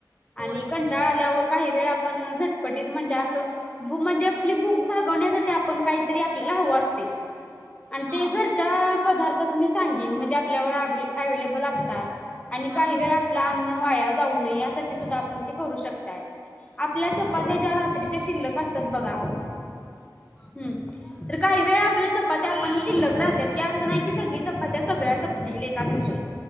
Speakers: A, on the right; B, on the left.
A: होय.
B: आणि कंटाळा आल्यावर काही वेळा, आपण झटपटीत म्हणजे असं म्हणजे आपली भूक भागवण्यासाठी आपण काही तरी आपल्याला हवं असतंय. आणि
A: हा
B: ते, घरच्या पदार्थात मी सांगीन, म्हणजे आपल्या जवळ ऍव्हेलेबल असतात. आणि,
A: हा
B: काही वेळा आपलं अन्न वाया जाऊ नये यासाठी सुद्धा आपण किती करू शकताय. आपल्या चपात्या ज्या रात्रीच्या शिल्लक असतात बघा, हम्म. तर काही वेळा, आपल्या चपात्या पण शिल्लक राहतात की, असं नाही कि सगळी चपा चपात्या सगळ्या संपतील एका दिवशी,